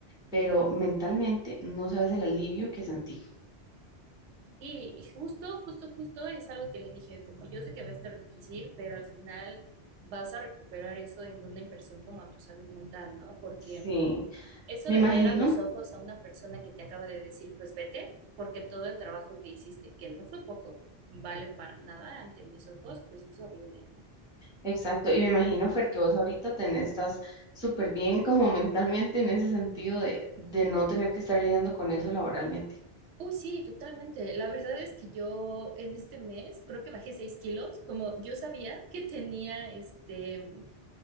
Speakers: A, in the centre; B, on the right.
A: pero mentalmente no sabes el alivio que sentí.
B: Sí, y justo, justo, justo es algo que le dije, como yo sé que va a estar difícil, pero al final vas a recuperar eso en una inversión como a tu salud mental, ¿no? Porque
A: Sí,
B: eso
A: me
B: de
A: imagino
B: ver a los ojos a una persona que te acaba de decir, pues vete, porque todo el trabajo que hiciste, que no fue poco, vale para nada ante mis ojos, pues es horrible, ¿no?
A: Exacto, y me imagino, Fer, que vos ahorita tenés, estás súper bien como mentalmente en ese sentido de, de no tener que estar lidiando con eso laboralmente.
B: Uy, sí, totalmente. La verdad es que yo en este mes creo que bajé 6 kilos, como yo sabía que tenía este,